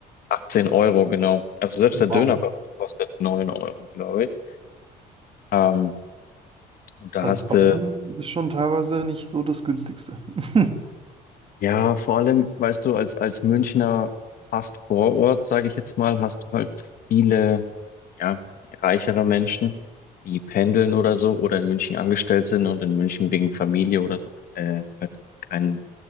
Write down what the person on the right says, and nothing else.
Wow.
Also
Bayern
ist schon teilweise nicht so das günstigste. <laughs>